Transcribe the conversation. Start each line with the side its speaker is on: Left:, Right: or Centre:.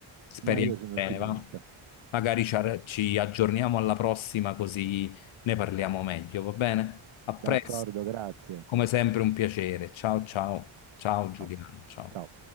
Left: Speriamo
Right: Ma io sono
Left: bene,
Right: ottimista.
Left: va? Magari ci ar- ci aggiorniamo alla prossima così ne parliamo meglio, va bene? A
Right: D'accordo,
Left: presto,
Right: grazie.
Left: come sempre un piacere. Ciao ciao, ciao Giuliano,
Right: Ciao.
Left: ciao.
Right: Ciao.